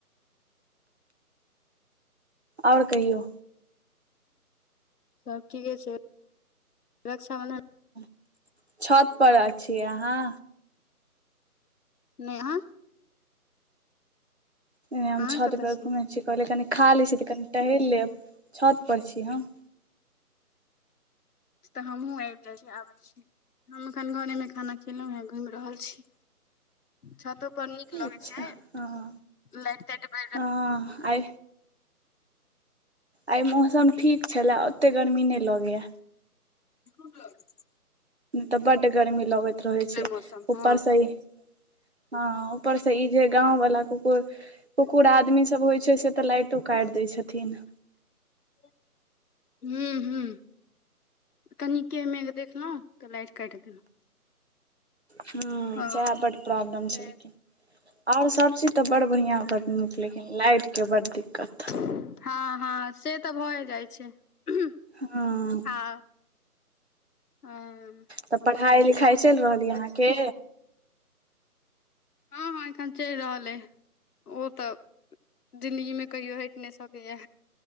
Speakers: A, on the right (about 45°); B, on the left (about 75°).
A: ओर कहियौ?
B: सब ठीके छै रक्षाबन्धन
A: ् छत पर छी अहाँ।
B: नहि अहॉ
A: हम
B: अहाँ
A: छत
B: कतऽ
A: पर घुम छी कहले कनि खा लै छी तऽ कनि टहल लेब छत पर छी हम
B: तऽ हमहुँ आबि जाइ छी आबै छी। हम अखन घरे मे खाना खेलहुं हे घुमि रहल छी। छतो पर नीक लगे
A: अच्छा
B: छै
A: हँ
B: लाइट ताट बढ़ रहल।
A: हँ आइ आइ मौसम ठीक छलए ओते गर्मी नहि लगैया।
B: उड <unintelligible>
A: तऽ बड्ड गर्मी लगैत रहै छै
B: मौसम हँ
A: ऊपरसँ ही। हँ ऊपर से ई जे गाँंव ला कुकुर कुकुड़ आदमी सब होइ छै से तऽ लाइटो काटि दय छथिन।
B: <unintelligible> ह ह ह कनिके मेघ देखलहुँ तऽ लाइट काटि देलहुँ।
A: ह
B: ओ
A: सएह बड प्रॉब्लम
B: से
A: छै। आओर सब? सी तऽ बड़ड बढ़िआँ बड़ड नीक लेकिन लाइटके बड दिक्कत।
B: हँ हँ से तऽ भए जाइ छै उहू।
A: हँ
B: ह <unintelligible> ह
A: तऽ पढ़ाइ लिखाइ चलि रहल य अहाँके?
B: हँ हँ एखन चलि रहल अइ ओ तऽ जिन्दगीमे कहिो हटि नहि सकैए।